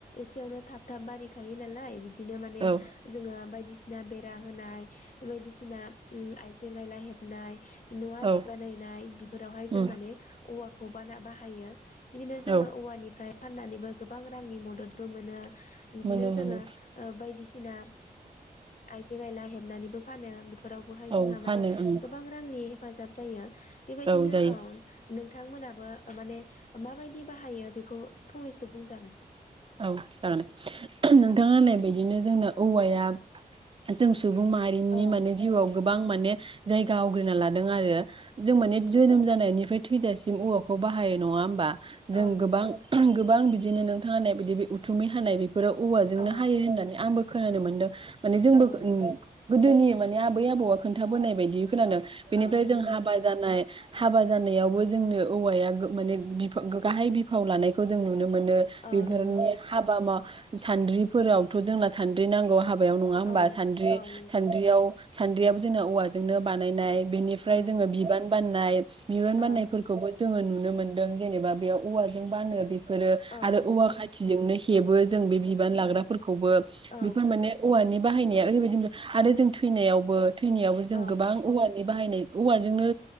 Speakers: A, on the left (about 55°); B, on the right (about 35°).
A: एसेयावनो थाब थाब बारिखायो नालाय बिदिनो माने
B: औ
A: जोङो बायदि बायदिसिना बेरा होनाय बायदिसिना ओ आइजें आयला हेबनाय न आरि
B: औ
A: बानायनाय बेफोरावहाय जों
B: उम
A: माने औवाखौ खौ बाना बाहायो बिदिनो जोङो
B: औ
A: औवानिफ्राय फाननानैबो गोबां रांनि मददबो मोनो बिदिनो
B: मोनो मोनो
A: जोङो ओ बायदिसिना <unintelligible> आइजें आइला हेबनानैबो फानो फोरावबोहाय
B: औ
A: जोंहा माने
B: फानो ओं
A: गोबां रांनि हेफाजाब जायो बेबायदिनो
B: औ जायो
A: ओ नोंथांमोनहाबो माने माबायदि बाहायो बेखौ फंनैसो बुंजागोन
B: औ जागोन नोंथाङा
A: औ
B: होननाय बायदिनो जों औवाया जों सुबुं माहारिनि
A: औ
B: माने जिउआव गोबां गोबां माने जायगा आवग्रिना लादों आरो जों माने जोनोम जानायनिफ्राय थैजासिम औवाखौ बाहायो नङा होमबा जों
A: औ नंगौ
B: गोबां गोबां बिदि बिदिनो नोंथाङा ने बिदि बे उथुमै हानाय फोराव औवाजोंनो
A: औ
B: हायो होननानै आंबो खोनानो मोनदों माने जोंबो
A: औ नंगौ
B: गोदोनि माने आबै आबौआ खोनथाबोनाय बायदि खोनादों बेनिफ्राय
A: औ नंगौ
B: जों हाबा जानाय हाबा जानायावबो जोंनो औवाया माने बिफा गाहाय बिफाव लानायखौ जों नुनो मोनो मोनो
A: औ
B: बे <unintelligible> हाबा
A: नंगौ
B: मा। सानद्रिफोरावथ' जोंना सानद्रि नांगौ। हाबायाव नङा होमबा
A: औ
B: सानद्रि
A: औ नंगौ
B: सान्द्रियाव सान्द्रियाबो जोंना औवाजोंनो बानायनाय। बेनिफ्राय
A: औ
B: जोङो बिबान बाननाय बिबान
A: औ
B: बाननायफोरखौबो जोङो नुनो मोनदों जेनेबा बेयाव औवाजों बानो। बे फोरो
A: औ
B: आरो
A: नंगौ
B: औवा खाथिजोंनो हे हेबो जों बे बिबान लाग्राफोरख खौबो
A: औ
B: बेफोर मान औवानि बाहायनाया ओरैबायदि आरो जों थैनायावबो थैनायावबो जों
A: औ
B: गोबां औवानि बाहायनाय औवाजोंनो